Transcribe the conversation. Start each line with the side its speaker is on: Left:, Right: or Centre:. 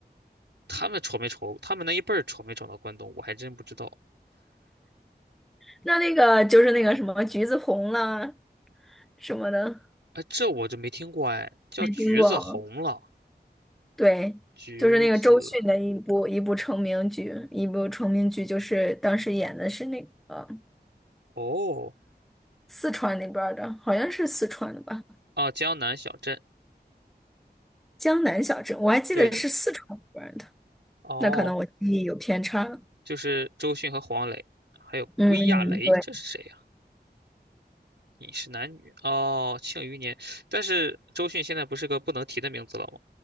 Right: 他们闯没闯，他们那一辈儿闯没闯到关东，我还真不知道。
Centre: 那那个就是那个什么橘子红啦什么的，
Right: 哎，这我就没听过哎，叫橘子红了，
Centre: 没听过。对，
Right: 橘子
Centre: 就是那个周迅的一部一部成名剧，一部成名剧就是当时演的是那个
Right: 哦
Centre: 四川那边儿的，好像是四川的吧，
Right: 啊，江南小镇，
Centre: 江南小镇，我还记得是四川那边儿的，
Right: 对的哦，
Centre: 那可能我记忆有偏差了
Right: 就是周迅和黄磊，还有归亚蕾，
Centre: 嗯嗯，对，
Right: 这是谁你是男女哦，庆余年。但是周迅现在不是个不能提的名字了吗？